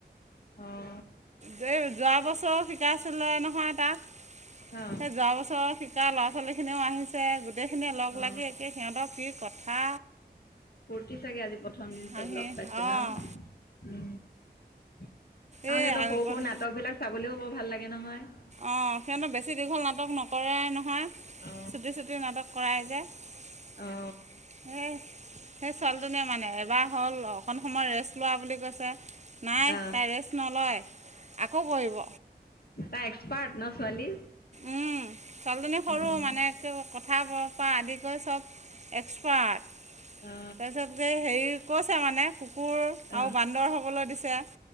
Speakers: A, on the left; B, on the right.
A: অ'।
B: দেই যোৱা বছৰ শিকাইছিলে নহয় তাত।
A: অ
B: সেই যোৱা বছৰ শিকা ল'ৰা ছোৱালী খি খিনিও আহিছে, গোটেইখিনি লগ
A: অ
B: লাগি একে সিহঁতৰ কি কথা।
A: ফূৰ্তি চাগে আজি প্ৰথম দিন
B: হাঁহি
A: চব লগ পাইছে
B: অঁ
A: ন। আৰু
B: এই
A: সিহঁতৰ
B: আগতে
A: সৰু, সৰু নাটক বিলাক চাবলৈও বৰ ভাল লাগে নহয়।
B: অ', সিহঁতৰ বেছি দীঘল নাটক নকৰেই ন। হা,
A: অ
B: চুটি, চুটি নাটক কৰাই যে। এ,
A: অ
B: সেই ছোৱালীজনীয়ে মানে এবাৰ হ'ল অকন সময় ৰেষ্ট লোৱা বুলি কৈছে। নাই
A: অ
B: তাই ৰেষ্ট নলয় আকৌ কৰিব।
A: তাই এক্সপাৰ্ট ন ছোৱালী?
B: উম, ছোৱালীজনী সৰু
A: উম
B: মানে কথা ব পৰা আদি কৰি চব। এক্সপাৰ্ট।
A: অ
B: তাৰপিছত হেৰি কৈছে মানে কুকুৰ আৰু
A: অ
B: বান্দৰ হ'বলৈ দিছে।